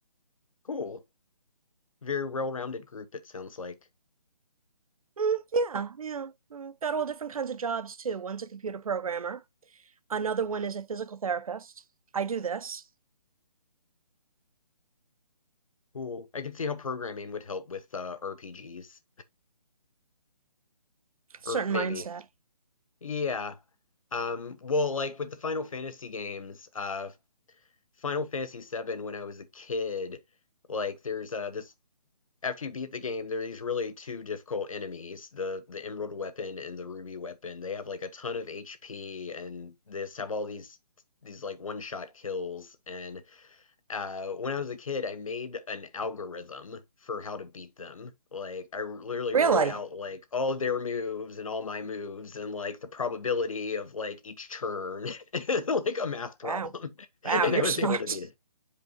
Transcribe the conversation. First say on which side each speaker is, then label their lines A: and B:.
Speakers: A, on the left; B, on the right.
A: Cool. Very well-rounded group, it sounds like.
B: Mm, yeah, yeah. Mm, got all different kinds of jobs too. One's a computer programmer, another one is a physical therapist. I do this,
A: Cool. I can see how programming would help with uh, RPGs,
B: certain
A: or maybe.
B: mindset.
A: Yeah. Um, well, like with the Final Fantasy games, uh, Final Fantasy VII, when I was a kid, like there's uh, this after you beat the game, there are these really two difficult enemies, the the Emerald Weapon and the Ruby Weapon. They have like a ton of HP and this have all these these like one-shot kills and uh when I was a kid, I made an algorithm for how to beat them. Like I literally
B: Really?
A: wrote out like all of their moves and all my moves and like the probability of like each turn, <laughs> like a math problem.
B: Wow.
A: <laughs>
B: Wow,
A: And
B: you're
A: I was
B: <laughs> smart.
A: able to beat it.